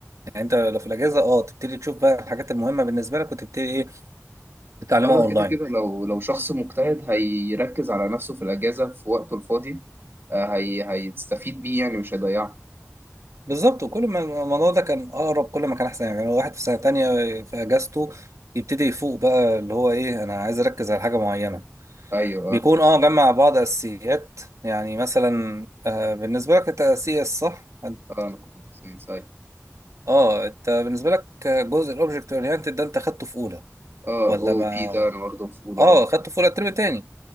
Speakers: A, on the right (about 80°); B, on the right (about 45°).
A: يعني انت لو في الاجازه اه تبتدي تشوف بقى الحاجات المهمه بالنسبه لك وتبتدي ايه تتعلمها
B: اه
A: اونلاين
B: ده كده كده لو لو شخص مجتهد هيركز على نفسه في الأجازة في وقته الفاضي آه، هي هيستفيد بيه يعني مش هيضيعه
A: بالظبط وكل ما الموضوع ده كان اقرب كل ما كان احسن يعني لو واحد في سنه تانية في اجازته يبتدي يفوق بقى اللي هو ايه انا عايز اركز على حاجه معينه
B: ايوه
A: بيكون
B: اه
A: اه جمع بعض اساسيات يعني مثلا آه بالنسبه لك انت السي اس صح انت
B: اه انا كنت في ساينس أيوة.
A: اه انت بالنسبه لك جزء الاوبجكت اورينتد ده انت خدته في اولى
B: اه
A: ولا
B: او
A: ما
B: بي ده انا برضه في اولى
A: اه
B: اه
A: خدته في اولى الترم التاني